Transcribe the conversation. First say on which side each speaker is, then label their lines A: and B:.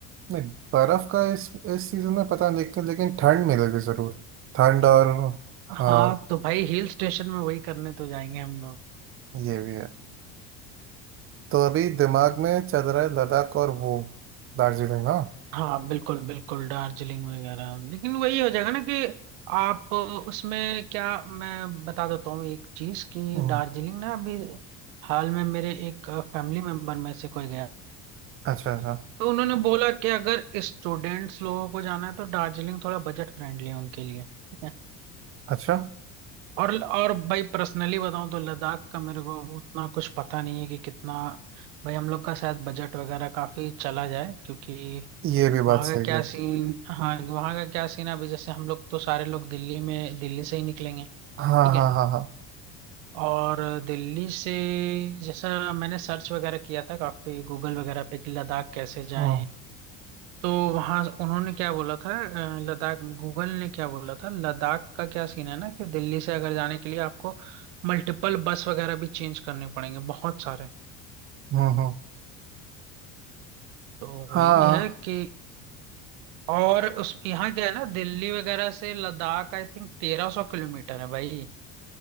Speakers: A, on the right (about 35°); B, on the right (about 80°).
A: नहीं बर्फ का इस इस सीजन में पता नहीं लेकिन लेकिन ठंड मिलेगी जरूर ठंड और आ,
B: हाँ तो भाई हिल स्टेशन में वही करने तो जाएंगे हम
A: ये भी है तो अभी दिमाग में चल रहा है लद्दाख और वो दार्जिलिंग ना
B: हाँ बिल्कुल बिल्कुल दार्जिलिंग वगैरह लेकिन वही हो जाएगा ना कि आप उसमें क्या मैं बता देता हूँ एक चीज कि
A: हम्म,
B: दार्जिलिंग ना अभी हाल में मेरे एक फैमिली मेंबर में से कोई गया
A: अच्छा अच्छा
B: तो उन्होंने बोला कि अगर स्टूडेंट्स लोगों को जाना है तो दार्जिलिंग थोड़ा बजट फ्रेंडली है उनके लिए ठीक है
A: अच्छा
B: और और भाई पर्सनली बताऊं तो लद्दाख का मेरे को उतना कुछ पता नहीं है कि कितना भाई हम लोग का शायद बजट वगैरह काफी चला जाए क्योंकि
A: ये भी
B: वहाँ
A: बात सही
B: का क्या
A: है
B: सीन हाँ वहाँ का क्या सीन है अभी जैसे हम लोग तो सारे लोग दिल्ली में दिल्ली से ही निकलेंगे
A: हाँ
B: ठीक
A: हाँ
B: है
A: हाँ हाँ
B: और दिल्ली से जैसा मैंने सर्च वगैरह किया था काफी गूगल वगैरह पे कि लद्दाख कैसे जाएं
A: हम्म
B: तो वहाँ उन्होंने क्या बोला था अ, लद्दाख गूगल ने क्या बोला था लद्दाख का क्या सीन है ना कि दिल्ली से अगर जाने के लिए आपको मल्टीपल बस वगैरह भी चेंज करने पड़ेंगे बहुत सारे
A: हम्म हम्म,
B: तो वही
A: हाँ
B: है कि और उस यहाँ क्या है ना दिल्ली वगैरह से लद्दाख आई थिंक तेरह सौ किलोमीटर है भाई